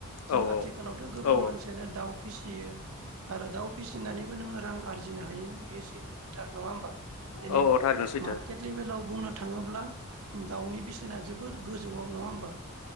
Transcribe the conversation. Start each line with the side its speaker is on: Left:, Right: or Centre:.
Right: जों
Left: औ
Right: आथिखालावथ' गोबां
Left: औ
Right: मानसियानो दाउ फिसियो आरो दाउ फिसिनानैबो नोङो रां आरजिनो हायो बेयो सैथो खोथा नङा होमबा दिनै
Left: औ औ थारैनो सैथो
Right: मार्केट लेभेलाव बुंनो थाङोब्ला दाउनि बेसेना जोबोर गोजौआव नङा होमबा